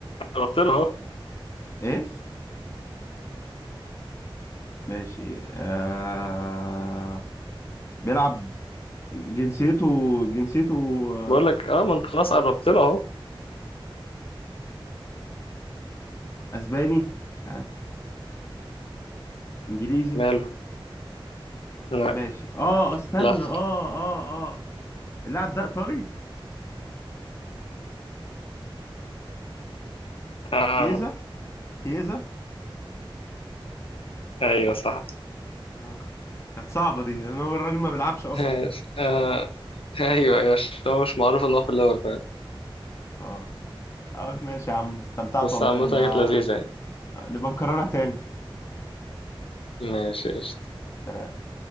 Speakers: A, on the left; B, on the left.
A: قربت له اهو
B: ايه ماشي آه... بيلعب جنسيته جنسيته آه،
A: بقول لك اه ما انت خلاص قربت له اهو
B: اسباني مش عارف انجليزي
A: ماله لا
B: ماشي اه استنى
A: لا
B: اه اه اه اللاعب ده ايطالي
A: آه.
B: كيزا كيزا
A: ايوه صح
B: اخ كانت صعبة دي لان هو الراجل ما بيلعبش اصلا
A: <laughs> ماشي آه. ايوه ايوه عشان هو مش معروف انه في الاول فعلا
B: اه آه، ماشي يا عم استمتعت
A: بس
B: والله
A: عامة
B: نبقى
A: كانت لذيذة يعني
B: نبقى نكررها تاني
A: ماشي قشطة
B: سلام.